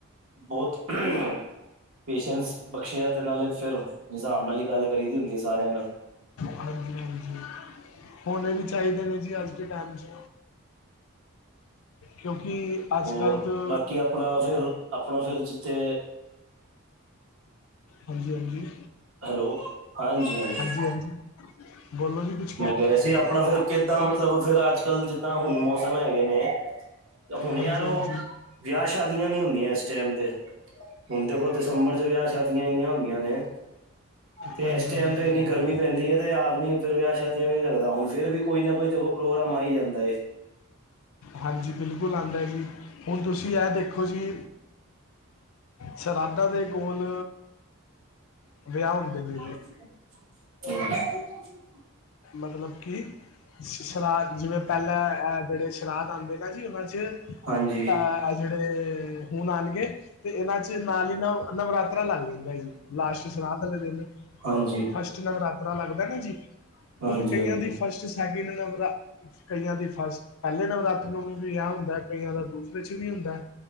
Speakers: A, on the right; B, on the left.
A: ਬੋਤ ਪੇਸ਼ੈਂਸ ਬਖਸ਼ਿਆ ਤੇ ਨਾਲੇ ਫਿਰ ਹਿਸਾਬ ਨਾਲ ਈ ਗੱਲ ਕਰੀ ਦੀ ਹੁੰਦੀ ਆ ਸਾਰਿਆਂ ਨਾਲ।
B: ਹਾਂਜੀ-ਹਾਂਜੀ ਹੋਣੇ ਵੀ ਚਾਈਦੇ ਨੇ ਜੀ ਅੱਜ ਦੇ ਟੈਮ ਚ। ਕਿਉਂਕਿ ਅੱਜ
A: ਹੋਰ
B: ਕੱਲ੍ਹ ਤਾਂ
A: ਬਾਕੀ ਆਪਣਾ ਫਿਰ ਆਪਣਾ ਫਿਰ ਜਿੱਥੇ
B: ਹਾਂਜੀ-ਹਾਂਜੀ
A: ਹੈਲੋ ਹਾਂਜੀ-ਹਾਂਜੀ
B: ਹਾਂਜੀ। ਬੋਲੋ ਜੀ ਕੁੱਛ?
A: ਮੈਂ ਕੈ ਰਿਆ ਸੀ ਆਪਣਾ ਫਿਰ ਕਿੱਦਾਂ ਮਤਲਬ ਫਿਰ ਅੱਜ ਕੱਲ ਜਿੱਦਾਂ ਹੁਣ ਮੌਸਮ ਹੈਗੇ ਨੇ ਹੁਣੇ
B: ਹਾਂਜੀ
A: ਯਾਰ ਓ
B: ਹਾਂਜੀ
A: ਵਿਆਹ ਸ਼ਾਦੀਆਂ ਨੀ ਹੁੰਦੀਆਂ ਐਸ ਟੈਮ ਤੇ। ਹੁਣ ਦੇਖੋ ਦਸੰਬਰ ਚ ਵਿਆਹ ਸ਼ਾਦੀਆਂ ਇੰਨੀਆਂ ਹੁੰਦੀਆਂ ਨੇ। ਤੇ
B: ਹਾਂਜੀ
A: ਏਸ ਟੈਮ
B: ਹਾਂਜੀ
A: ਤੇ ਇੰਨੀ
B: ਹਾਂਜੀ
A: ਗਰਮੀ ਪੈਂਦੀ ਐ ਤੇ ਆਦਮੀ ਫਿਰ ਵਿਆਹ ਵਧੀਆ ਵੀ ਨੀ ਲੱਗਦਾ ਹੁਣ ਫੇਰ ਵੀ ਕੋਈ ਨਾ ਕੋਈ ਦੇਖੋ ਪ੍ਰੋਗਰਾਮ ਆਈ ਜਾਂਦਾ ਏ।
B: ਹਾਂਜੀ ਬਿਲਕੁੱਲ ਆਂਦਾ ਏ ਜੀ ਹੁਣ ਤੁਸੀਂ ਐ ਦੇਖੋ ਜੀ ਸ਼ਰਾਧਾ ਦੇ ਕੋਲ ਵਿਆਹ ਹੁੰਦੇ ਨੇ ਜੀ।
A: ਹੂੰ।
B: ਮਤਲਬ ਕੀ ਸ਼ ਜਿਵੇਂ ਪਹਿਲਾਂ ਜਿਹੜੇ ਸ਼ਰਾਾਧ ਆਉਂਦੇ ਨਾ ਜੀ ਉਹਨਾਂ 'ਚ ਅ
A: ਹਾਂਜੀ
B: ਆ ਜਿਹੜੇ ਹੁਣ ਆਉਣਗੇ ਤੇ ਇਹਨਾਂ ਚ ਨਾਲ ਹੀ ਨਵ ਨਵਰਾਤਰਾ ਲੱਗ ਜਾਂ। ਲਾਸਟ ਸ਼ਰਾਹਲੇ ਦਿਨ
A: ਹਾਂਜੀ
B: ਫਸਟ ਨਵਰਾਤ ਲੱਗਦਾ ਨਾ ਜੀ
A: ਹਾਂਜੀ
B: ਹੁਣ ਕਈਆਂ
A: ਹਾਂਜੀ
B: ਦੀ ਫਸਟ ਸੈਕਿੰਡ ਨੰਬਰਾ ਕਈਆਂ ਦੀ ਫਸਟ ਪਹਿਲੇ ਨਵਰਾਤੇ ਨੂੰ ਵਿਆਹ ਹੁੰਦਾ ਕਈਆਂ ਦਾ ਦੂਸਰੇ 'ਚ ਵੀ ਹੁੰਦਾ